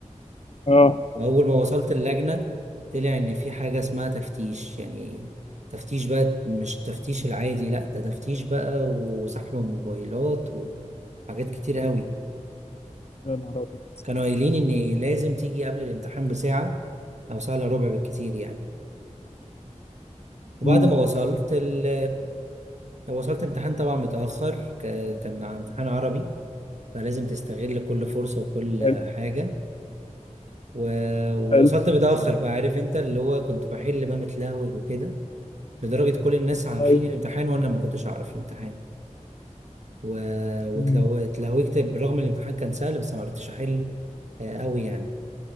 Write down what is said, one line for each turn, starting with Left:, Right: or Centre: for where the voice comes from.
Left: اه
Right: واول ما وصلت اللجنة طلع ان في حاجة اسمها تفتيش يعني تفتيش بقى مش التفتيش العادي لا ده تفتيش بقى وسحب موبايلات وحاجات كتير قوي
Left: يا نهار ابيض
Right: كانوا قايلين ان لازم تيجي قبل الامتحان بساعة او ساعة الا ربع بالكتير يعني وبعد
Left: أمم،
Right: ما وصلت ال آه، وصلت امتحان طبعا متأخر ك- كان امتحان عربي فلازم تستغل كل فرصة وكل
Left: حلو
Right: حاجة و- ووصلت
Left: حلو
Right: متأخر بقى عارف انت اللي هو كنت بحل بقى متلهوج وكده لدرجة كل الناس عارفين
Left: ايوه
Right: الامتحان وانا ما كنتش اعرف الامتحان و... وتلو-
Left: أمم،
Right: اتلهوجت بالرغم ان الامتحان كان سهل بس ما عرفتش احل آه، قوي يعني